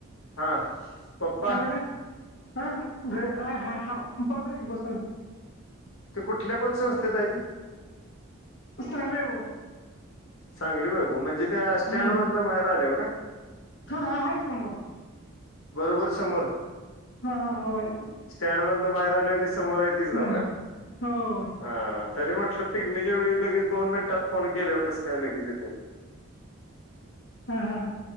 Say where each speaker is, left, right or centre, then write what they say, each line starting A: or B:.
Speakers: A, on the left (about 80°); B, on the left (about 55°).
A: हा. पप्पा
B: काय म्हटलं ह घ ह हा हा बसा की बसाना.
A: ते कुठल्या पदसंस्थेत हाय ते?
B: सांगली वैभव.
A: सांगली वैभव म्हणजे त्या स्टॅन्ड
B: हम्म
A: मधलं बाहेर आल्यावर काय?
B: हा, हा. हाई समोर.
A: बरोबर समोर.
B: हा, हा. ह होय.
A: स्टॅडमधनं बाहेर आल्यावर ती समोर हाय तीच नव
B: होय होय
A: का?
B: होय
A: हा. तरी म्हटलं पिगमीच्या वेळी लगेच दोन मिनिटात फोन केल्याव कसं काय लगेच येताय तुम्ही.
B: हा, हा.